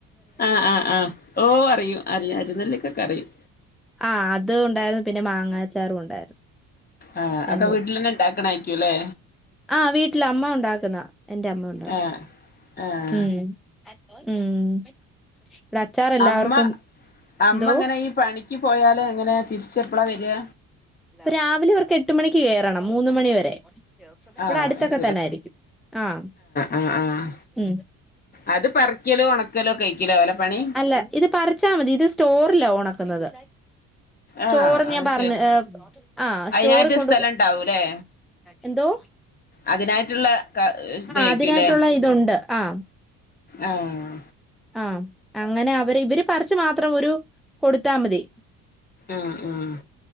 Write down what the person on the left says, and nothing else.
ആഹ്, ആഹ്, ആഹ് ഓ അറിയും അറിയാം അരുന്നല്ലേക്കൊക്കെ അറിയും.
ആഹ്
അതൊക്കെ വീട്ടിലന്നെ ഇണ്ടാക്കണ ആരിക്കോല്ലേ.
ആഹ് ആഹ്
അമ്മ അമ്മ
എങ്ങനെ ഈ പണിക്ക് പോയാല് എങ്ങനെ തിരിച്ച എപ്പളാ വരിയ?
ആഹ്
അത് ശരി
ആഹ് ആഹ്
അത് പറിക്കലും ഉണക്കലും ഒക്കെ ആയിരിക്കുല്ലേ ഓലെ പണി
ആഹ്
അത്
ശരി
അതിനായിട്ട്
സ്ഥലം ഉണ്ടാവൂല്ലേ
അതിനായിട്ടുള്ള ക ഇതായിരിക്കുംല്ലേ
ആഹ്.
ആഹ്, ആഹ്